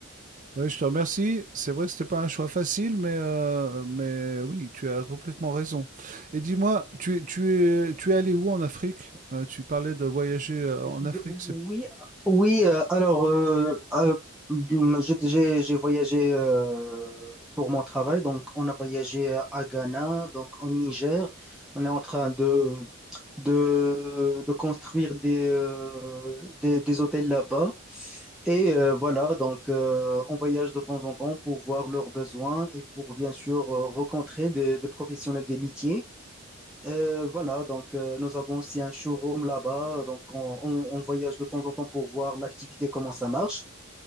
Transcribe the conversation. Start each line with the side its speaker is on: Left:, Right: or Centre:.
Right: Ouais, je te remercie. C'est vrai que c'était pas un choix facile, mais, euh, mais oui, tu as complètement raison. Et dis-moi, tu, es- tu es, tu es allé où en Afrique? Euh, tu parlais de voyager euh,
Centre: Je
Right: en Afrique,
Centre: vais- Oui,
Right: c'est
Centre: Oui, euh, alors, euh, euh, hum, j'ai j'ai- j'ai voyagé euh, pour mon travail, donc on a voyagé à Ghana, donc au Niger. On est en train de, de, de construire des, euh, des, des hôtels là-bas. Et euh, voilà, donc euh, on voyage de temps en temps pour voir leurs besoins et pour bien sûr euh, rencontrer des, des professionnels des métiers. Euh, voilà, donc euh, nous avons aussi un showroom là-bas, donc on, on- on voyage de temps en temps pour voir l'activité, comment ça marche.